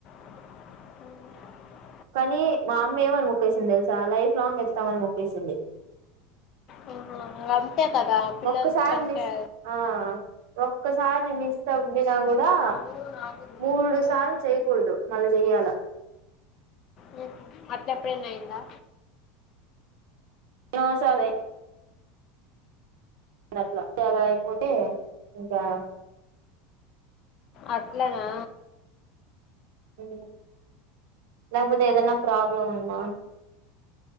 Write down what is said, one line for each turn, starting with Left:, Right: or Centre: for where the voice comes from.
Left: మ్
Right: కానీ మా అమ్మ ఏమని మొక్కేసింది తెలుసా లైఫ్ లాంగ్ ఎత్తుమని మొక్కేసింది
Left: అహ అంతే కదా పిల్లల
Right: ఒక్కసారి
Left: కంటే
Right: మిస్ ఆ ఒక్కసారి మిస్ అయ్యినా కు ా
Left: ఉమ్,
Right: మూడు
Left: ఉమ్.
Right: సార్లు చేయ్యకూడదు మళ్ళా చెయ్యాల
Left: మ్ హు అట్లేప్పుడనైందా
Right: నో సాలై అట్లా అలా అయిపోతే ఇంకా
Left: అట్లనా
Right: హు లేకపోతే ఏదన్నా ప్రాబ్లం ఉన్న